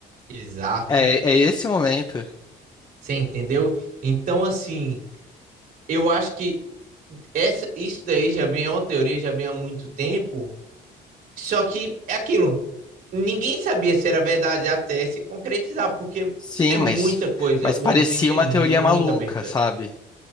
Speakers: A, on the right; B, on the left.
A: Exato.
B: É, é esse momento.
A: Você entendeu? Então, assim, eu acho que essa, isso daí já vem, é uma teoria, já vem há muito tempo. Só que é aquilo. Ninguém sabia se era verdade até se concretizar, porque
B: Sim,
A: é muita
B: mas,
A: coisa.
B: mas
A: O
B: parecia
A: One Piece tem
B: uma
A: muita
B: teoria maluca,
A: abertura.
B: sabe?